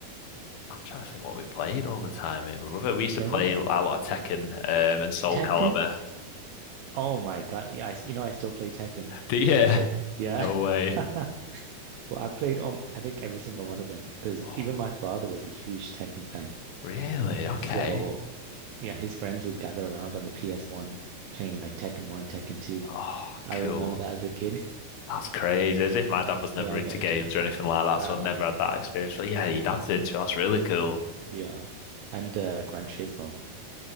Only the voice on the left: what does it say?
I'm trying to think what we played all the time. Me and my brother, we used to
play
a lot of Tekken,
um, and Soul
Calibur.
<laughs> Do you?
No way.
<gasps>
Oh,
really? Okay.
Oh,
cool.
That's crazy. As if my dad
was never
into
games
or anything like that,
so I never had that experience. But yeah, your dad's
into it. That's really cool.